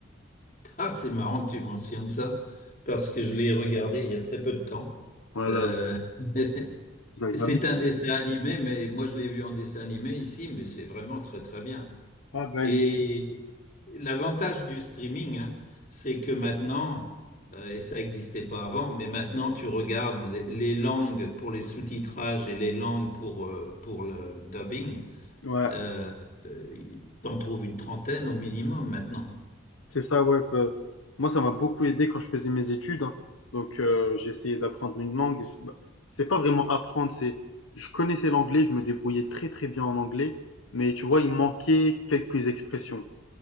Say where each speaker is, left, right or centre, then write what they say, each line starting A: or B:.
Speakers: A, on the left; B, on the left.
A: <laughs> Ah, c'est marrant que tu mentionnes ça parce que je l'ai regardé il y a très peu de temps.
B: Voilà,
A: Euh, <laughs>
B: j'ai regardé.
A: c'est un dessin animé, mais moi je l'ai vu en dessin animé ici, mais c'est vraiment très très bien.
B: Ah, bah,
A: Et
B: il-
A: l'avantage du streaming, hein, c'est que maintenant, euh, et ça n'existait pas avant, mais maintenant tu regardes les, les langues pour les sous-titrages et les langues pour, euh, pour le dubbing,
B: Ouais,
A: euh, euh, t'en trouves une trentaine au minimum maintenant.
B: c'est ça, ouais. que- Moi, ça m'a beaucoup aidé quand je faisais mes études. hein. Donc, euh, j'essayais d'apprendre une langue. C'est bah, c'est pas vraiment apprendre, c'est... Je connaissais l'anglais, je me débrouillais très très bien en anglais, mais tu vois, il manquait quelques expressions.